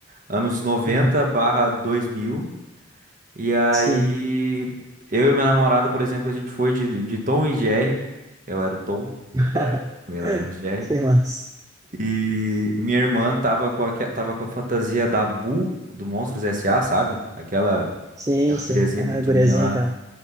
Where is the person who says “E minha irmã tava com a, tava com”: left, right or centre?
Right